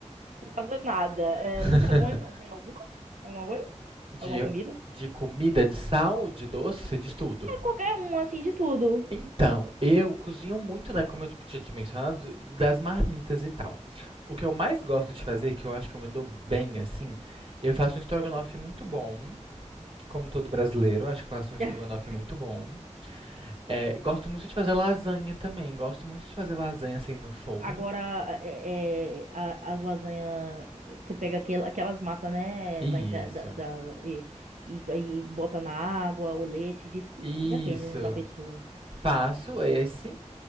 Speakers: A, on the right; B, on the right.
A: Não sei fazer nada. É,
B: <laughs>
A: você é bom em fazer alguma, alguma coisa?
B: de,
A: Alguma comida?
B: de comida, de sal, de doce, você diz tudo.
A: É qualquer um, assim, de tudo.
B: Então, eu cozinho muito, né, como eu tinha te mencionado, das marmitas e tal. O que eu mais gosto de fazer, que eu acho que eu me dou bem, assim, eu faço um estrogonofe muito bom, como todo brasileiro, acho que faço um estrogonofe
A: <laughs>
B: muito bom. É, gosto muito de fazer lasanha também, gosto muito de fazer lasanha, assim, no forno.
A: Agora, é, é, a- as lasanhas, você pega aquel- aquelas massas, né,
B: Isso,
A: da, inte- da, da- e, e, aí bota na água, o leite, diz que
B: isso.
A: depende, né, da pessoa.
B: Faço esse.